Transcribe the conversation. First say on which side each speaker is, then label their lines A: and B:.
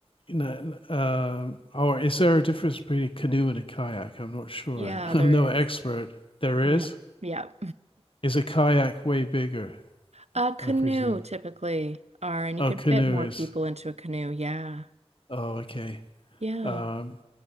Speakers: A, on the left (about 55°); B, on the right (about 75°).
A: you know, um, or is there a difference between a canoe and a kayak? I'm not sure.
B: Yeah,
A: <laughs> I'm
B: there
A: no expert.
B: is.
A: There is.
B: Yeah. Yeah.
A: Is a kayak way bigger,
B: A canoe
A: I presume?
B: typically are, and you
A: Oh,
B: can
A: canoe
B: fit more
A: is.
B: people into a canoe. Yeah.
A: Oh, okay.
B: Yeah.
A: Um,